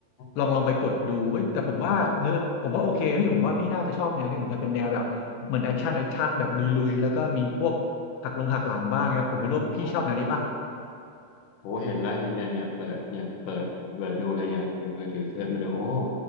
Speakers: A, on the left; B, on the left.
A: ลองลองไปกดดูเอ้ยแต่ผมว่าเนื้อผมว่าโอเคพี่ผมว่าพี่น่าจะชอบแนวนี้เหมือนกันเป็นแนวแบบเหมือนแอคชั่นแอคชั่นแบบลุยๆแล้วก็มีพวก
B: อ
A: หักลงหักหลังบ้างครับผมไม่รู้ว่าพี่ชอบแนวนี้ป่ะ
B: ๋ออ๋อ โอ้เห็นแล้วเห็นเนี่ยเนี่ยเปิดเนี่ยเปิดเปิดดูเลยอ่ะในมือถือเซิร์ชมาดู โอ้